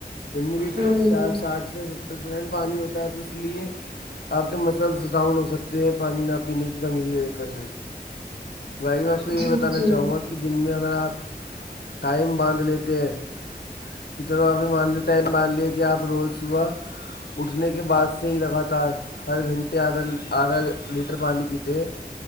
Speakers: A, on the left (about 80°); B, on the right (about 75°).
A: ان میں بھی
B: ہوں
A: ساٹھ ساٹھ سے ستر پرسنٹ پانی ہوتا ہے تو لیئے آپ کے مسلز ڈاؤن ہو سکتے ہیں پانی نہ پینے کی کمی دیک کر بھائی میں آپ کو
B: جی
A: یہ بتانا
B: جی
A: چاہوں گا کہ کی دن میں اگر آپ ٹائم باندھ لیتے ہیں کہ چلو آپ نے مان لیا ٹائم مان لیا کہ آپ روز صبح اٹھنے کے بعد سے ہی لگاتار ہر گھنٹے آدھا آدھا لیٹر پانی پیتے ہیں